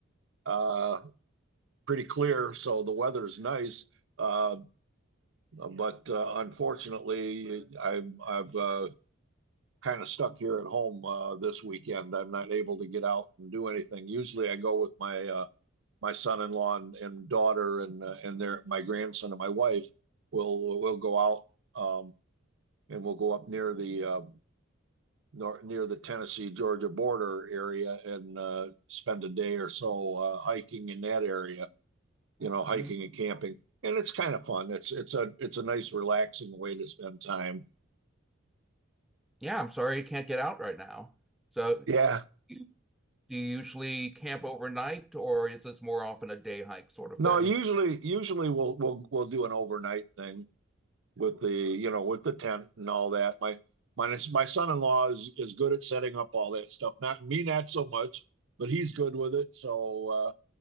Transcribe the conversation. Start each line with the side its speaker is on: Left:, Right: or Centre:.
Right: uh, pretty clear, so the weather's nice. Uh, but uh, unfortunately, I, I've uh, kind of stuck here at home uh, this weekend. I'm not able to get out and do anything. Usually, I go with my uh, my son-in-law and, and daughter and uh, and their my grandson and my wife. We'll we'll go out um, and we'll go up near the uh, nor, near the Tennessee Georgia border area and uh, spend a day or so uh, hiking in that area. You know, hiking
Centre: Mhm.
Right: and camping, and it's kind of fun. It's it's a it's a nice relaxing way to spend time.
Centre: Yeah, I'm sorry you can't get out right now. So,
Right: Yeah.
Centre: you- do you usually camp overnight, or is this more often a day hike sort of
Right: No,
Centre: thing?
Right: usually usually we'll we'll we'll do an overnight thing with the you know with the tent and all that. My my my son-in-law is is good at setting up all that stuff. Not me, not so much, but he's good with it. So